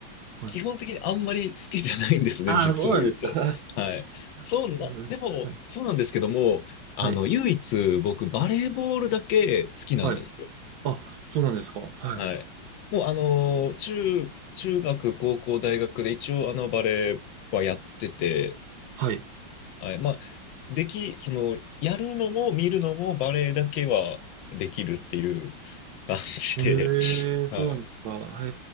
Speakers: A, on the right (about 65°); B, on the left (about 75°).
A: はい。
B: 基本的にあんまり好きじゃないんですね、
A: ああ、
B: 実を言うと。
A: そうなんですか。<laughs>
B: はい。そうな、
A: そうなんです。
B: でもそうなんですけども、
A: はい。
B: あの、
A: は
B: 唯一僕バレーボールだけ好きなんですよ。
A: い。はい。あ、そうなんですか。はい。
B: はい。もうあの、中、中学、高校、大学で一応あのバレーはやってて、
A: はい。
B: はい。まあ、でき、その、やるのも見るのもバレエだけはできるっていう感じで、
A: へえ、
B: <laughs> はい。
A: そうなんですか。へ